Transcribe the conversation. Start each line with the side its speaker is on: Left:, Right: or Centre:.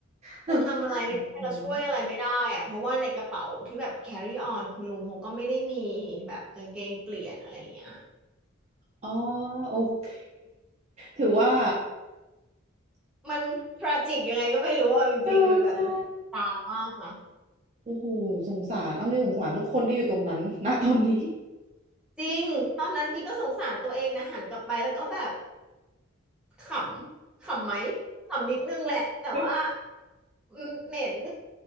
Right: แต่ก็สงสาร
Centre: เราทำอะไรไม่ได้เราช่วยอะไรไม่ได้อะเพราะว่าในกระเป๋าที่แบบ carry on คุณลุงเขาก็ไม่ได้มีแบบกางเกงเปลี่ยนอะไรอย่างเงี้ย
Right: อ๋อโอเคถือว่า
Centre: มันทราจิกยังไงก็ไม่รู้เอาจริงๆ
Right: เออใช่
Centre: มันแบบมันตามากนะ
Right: โอ้โหสงสารเอาจริงสงสารทุกคนที่อยู่ตรงนั้น <laughs> ณตอนนี้
Centre: จริง ตอนนั้นบีก็สงสารตัวเองแต่หันกลับไปแล้วก็แบบขำขำไหมขำนิดนึงแหละแต่ว่า
Right: <laughs>
Centre: อืมเหม็น <laughs>